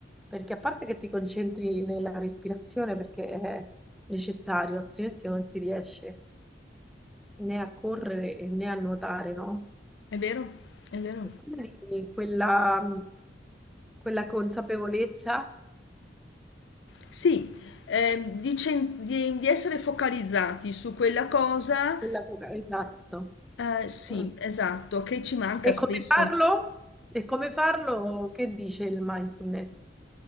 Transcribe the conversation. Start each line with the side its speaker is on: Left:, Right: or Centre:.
Centre: perché a parte che ti concentri nella respirazione, perché è necessario, altrimenti non si riesce né a correre e né a nuotare, no?
Left: è vero, è vero.
Centre: E quindi quella, quella consapevolezza,
Left: Sì, ehm, di, cen- di- di essere focalizzati su quella cosa,
Centre: quella... co- Esatto.
Left: eh, sì,
Centre: Mm.
Left: esatto, che ci manca
Centre: E
Left: spesso.
Centre: come farlo? E come farlo? Che dice il mindfulness?